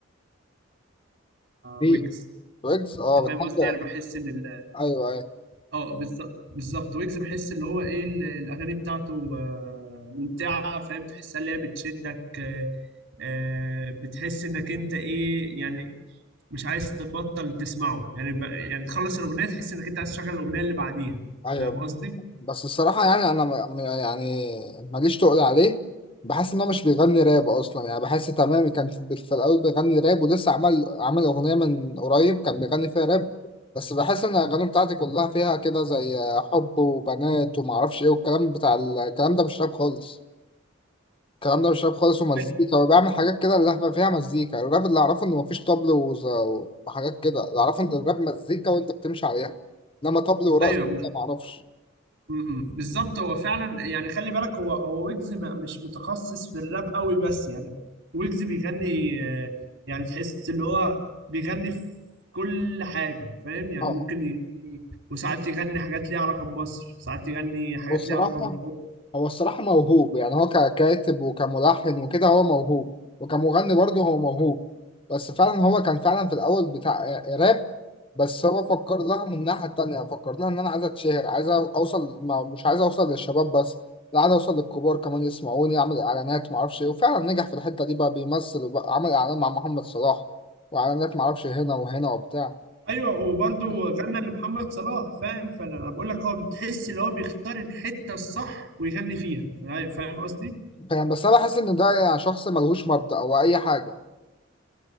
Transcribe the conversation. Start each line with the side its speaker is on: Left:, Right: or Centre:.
Right: آه،
Left: مين
Right: ويجز
Left: ويجز اه
Right: أنت فاهم
Left: بتحب
Right: قصدي يعني بحس إن ال-
Left: ايوه ايوه
Right: اه بالظبط بالظبط ويجز بحس اللي هو ايه ال- الاغاني بتاعته آه، ممتعه فاهم تحسها اللي هي بتشدك آه، آه، بتحس انك انت ايه يعني مش عايز تبطل تسمعه يعني ب... يعني تخلص الاغنيه تحس انك انت عايز تشغل الاغنيه اللي بعديها
Left: ايوه
Right: فاهم قصدي؟
Left: بس الصراحة يعني أنا ما- ما- يعني ماليش تقول عليه بحس إن هو مش بيغني راب أصلا يعني بحس تمام كان في في الأول بيغني راب ولسه عمل عمل أغنية من قريب كان بيغني فيها راب بس بحس إن الأغاني بتاعتي كلها فيها كده زي حب وبنات ومعرفش إيه والكلام بتاع ال- الكلام ده مش راب خالص الكلام ده مش راب خالص ومزيكا
Right: أي-
Left: وبيعمل حاجات كده اللي فيها فيها مزيكا يعني الراب اللي أعرفه إن مفيش طبل وز- وحاجات كده اللي أعرفه إن الراب مزيكا وأنت بتمشي عليها إنما طبل ورقص
Right: ايوه
Left: ده معرفش
Right: م-م. بالظبط هو فعلا يعني خلي بالك هو هو ويجز ما- مش متخصص في الراب قوي بس يعني ويجز بيغني آه، يعني تحس اللي هو بيغني في كل حاجة فاهم يعني
Left: طبعا
Right: ممكن يغني وساعات يغني حاجات ليها علاقة بمصر ساعات يغني حاجات
Left: والصراحة
Right: ليها علاقة بالحب
Left: هو الصراحة موهوب يعني هو ككاتب وكملحن وكده هو موهوب وكمغني برضه هو موهوب بس فعلا هو كان فعلا في الأول بتاع راب بس هو فكر لها من الناحية التانية فكر لها إن أنا عايز أتشهر عايز أوصل ما مش عايز أوصل للشباب بس لا عايز أوصل للكبار كمان يسمعوني أعمل إعلانات معرفش إيه وفعلا نجح في الحتة دي بقى بيمثل وبقى عمل إعلان مع محمد صلاح وإعلانات معرفش هنا وهنا وبتاع
Right: ايوه وبرضه غنى
Left: <laughs>
Right: لمحمد صلاح فاهم فانا بقول لك هو بتحس اللي هو بيختار الحتة الصح ويغني فيها فاهم قصدي
Left: فاهم بس أنا بحس إن ده يعني شخص ملهوش مبدأ أو أي حاجة